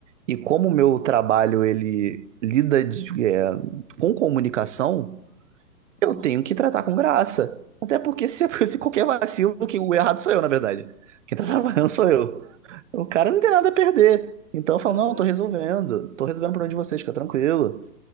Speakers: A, on the right; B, on the left.
A: E como o meu trabalho ele lida de- é, com comunicação,
B: Uhum,
A: eu tenho que tratar com graça. Até porque se, <laughs> se qualquer vacilo, que o errado sou eu, na verdade. Quem tá
B: claro.
A: <laughs> trabalhando sou eu. O cara não tem nada a perder. Então eu falo,
B: Aham,
A: não, tô resolvendo. Tô resolvendo o problema de vocês, fica tranquilo.